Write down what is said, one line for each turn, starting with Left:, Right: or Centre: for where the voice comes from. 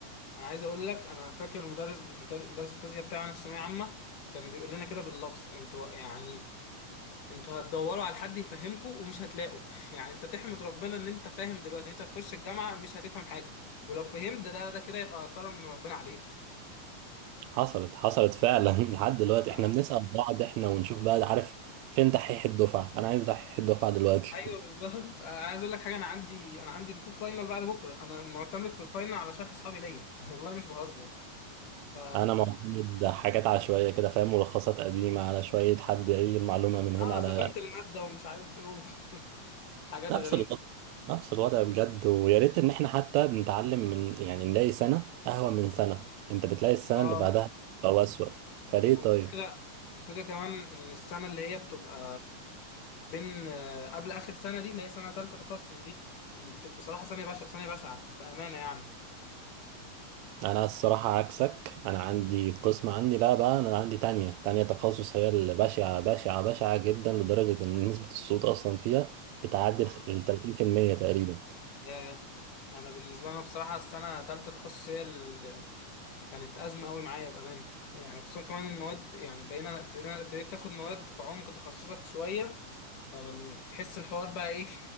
Left: انا عايز اقول لك انا فاكر المدرس مدرس الفيزياء بتاعنا في ثانويه عامه كان بيقول لنا كده باللفظ انتوا يعني انتوا هتدوروا على حد يفهمكم ومش هتلاقوا <laughs> يعني انت تحمد ربنا ان انت فاهم دلوقتي انت هتخش الجامعة مش هتفهم حاجة ولو فهمت ده ده ده كده يبقى كرم من ربنا عليك
Right: حصلت حصلت فعلا <laughs> لحد دلوقتي
Left: <laughs>
Right: احنا بنسأل بعض احنا ونشوف بقى عارف فين دحيح الدفعة انا عايز دحيح الدفعة دلوقتي
Left: آه، ايوه بالظبط آه، عايز اقول لك حاجه انا عندي انا عندي المفروض فاينل بعد بكره انا معتمد في الفاينل على شرح اصحابي ليا <laughs> والله مش بهزر ف
Right: انا معتمد حاجات عشوائية كده فاهم ملخصات قديمة على شوية حد ايه المعلومة من هنا
Left: اه
Right: على
Left: زتونت الماده ومش عارف ايه و- <laughs> حاجات
Right: نفس
Left: غريبه
Right: الوضع نفس الوضع بجد ويا ريت ان احنا حتى بنتعلم من يعني نلاقي سنة اهون من سنة انت بتلاقي السنة
Left: اه
Right: اللي بعدها او اسوأ فليه
Left: والفكره
Right: طيب
Left: الفكره كمان ان السنه اللي هي بتبقى بين آه، قبل اخر سنه دي اللي هي سنه ثالثه تخصص دي بت- بصراحه ثانيه بشعه ثانيه بشعه بامانه يعني
Right: انا الصراحه عكسك انا عندي قسم عندي لا بقى انا عندي تانية تانية تخصص هي اللي بشعه بشعه بشعه جدا لدرجه ان نسبه الصوت اصلا فيها بتعدي
Left: آه.
Right: ال 30% تقريبا
Left: ياه انا بالنسبه لنا بصراحه السنه ثالثه تخصص هي اللي كانت ازمه قوي معايا بامانه يعني خصوصا كمان المواد يعني بقينا ابتدينا ابتديت تاخد مواد في عمق تخصصك شويه فتحس الحوار بقى ايه